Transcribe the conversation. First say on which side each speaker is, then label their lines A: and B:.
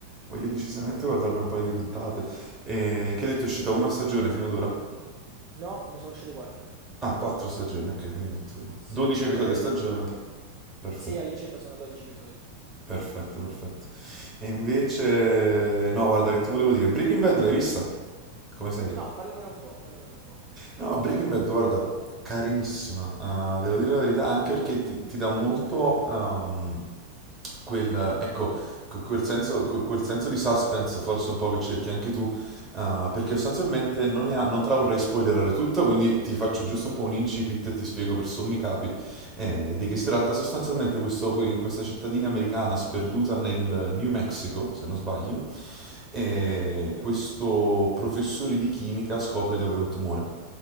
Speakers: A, on the right (about 15°); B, on the right (about 35°).
A: Voglio decisamente guardarmi un paio di puntate. E che hai detto è uscita una stagione fino ad ora?
B: No, ne sono uscite quattro.
A: Ah, quattro stagioni, ok, quindi insomma,
B: Sì,
A: 12 episodi
B: a breve
A: a stagione.
B: si uscirà la quinta.
A: Perfetto,
B: Sì, all'incirca sono 12 episodi.
A: perfetto, perfetto. E invece, no, guarda che ti volevo dire, Breaking Bad l'hai vista? Come serie?
B: No, parlamene un po', parlamene un po'.
A: No, Breaking Bad, guarda, carinissima, eh, devo dire la verità, anche perché ti, ti dà molto ehm, quel, ecco, que- quel senso, que- quel senso di suspense, forse un po' che cerchi anche tu, eh, perché sostanzialmente non, ne ha- non te la vorrei spoilerare tutta, quindi ti faccio giusto un po' un incipit e ti spiego per sommi capi eh, di che si tratta. Sostanzialmente questo- in questa cittadina americana sperduta nel New Mexico, se non sbaglio, e questo professore di chimica scopre di avere un tumore